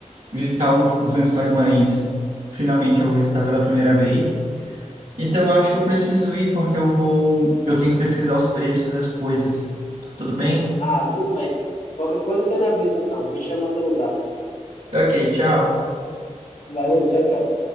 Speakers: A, on the right; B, on the left.
A: visitar um- os <laughs> Lençóis Maranhenses. Finalmente, eu vou visitar pela primeira vez. Então, eu acho que eu preciso ir porque eu vou. Eu tenho que pesquisar os preços das coisas. Tudo bem?
B: Ah, tudo bem. Qualquer coisa você me avisa então. Me chama pelo zap.
A: Ok, tchau.
B: Valeu, tchau, tchau.